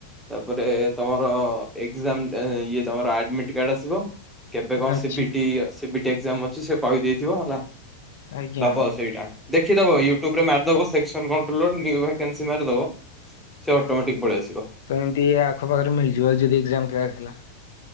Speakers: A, in the centre; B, on the left.
A: ତାପରେ ତମର ଏକ୍ଜାମ ଇଏ ତମର ଆଡମିଟ୍ କାର୍ଡ ଆସିବ। କେବେ କଣ
B: ଆଚ୍ଛା
A: ସିବିଟି ସିବିଟି ଏକ୍ଜାମ ଅଛି ସେ କହିଦେଇଥିବ ହେଲା
B: ଆଜ୍ଞା
A: ଦବ। ସେଇଟା ଦେଖିଦବ ୟୁୁବରେ ମାରିଦବ ସେକ୍ସନ କଣ୍ଟ୍ରୋଲର ନିୟୁଭାକାନ୍ସି ମାରିଦବ। ସେ ଅଟୋମେଟିକ ପଳେଇଆସିବ।
B: ତ ଏମତି ଆଖପାଖରେ ମିଳିଯିବ ଆଉ ଯଦି ଏକ୍ଜାମ କ୍ରାକ୍ ହେଲା?